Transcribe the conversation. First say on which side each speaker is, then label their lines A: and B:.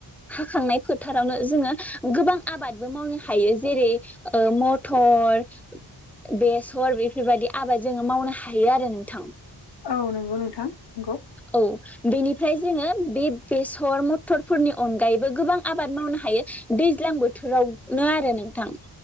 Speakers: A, in the centre; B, on the left (about 75°).
A: हाखांनाय फोथारावनो जोंङो गोबां आबादबो मावनो हायो। जेरै ओ मथर बेसर बेफोरबादि आबाद जोंङो मावनो हायो आरो नोंथां।
B: औ नंगौ नोंथां। नंगौ
A: औ बेनिफ्राय जोंङो बे बेसर मथरफोरनि अनगायैबो गोबां आबाद मावनो हायो दैज्लां बोथोरावनो आरो नोंथां।